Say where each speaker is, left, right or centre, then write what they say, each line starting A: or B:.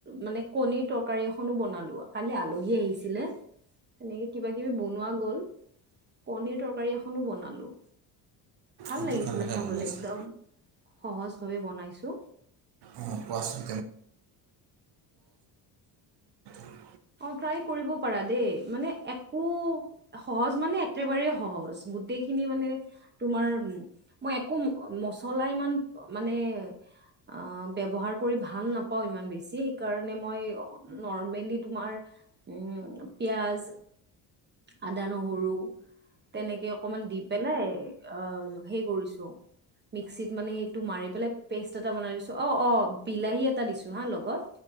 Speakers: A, on the right; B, on the right.
A: মানে কণীৰ তৰকাৰী এখনো বনালো, কালি আলহী আহিছিলে তেনেকে কিবা কিবি বনোৱা গ'ল কণীৰ তৰকাৰী এখনো বনালো ভাল
B: এইটো
A: লাগিছিলে
B: কেনেকৈ
A: খাবলে
B: বনাইছিল
A: একদম। সহজ ভাৱে বনাইছো।
B: অহ, কোৱাচোন <unintelligible>
A: অহ, ট্ৰাই কৰিব পাৰা দেই মানে একো সহজ মানে একেবাৰেই সহজ গোটেইখিনি মানে তোমাৰ মই একো মচলা ইমান মানে অহ ব্যৱহাৰ কৰি ভাল নাপাওঁ ইমান বেছি সেইকাৰণে মই নৰ্মেলি তোমাৰ উম পিয়াজ আদা নহৰু তেনেকে অকমান দি পেলাই অহ হেই কৰিছো মিক্সিত মানে সেইটো মাৰি পেলাই পেষ্ট এটা বনাই দিছো অহ - অহ বিলাহী এটা দিছো হা লগত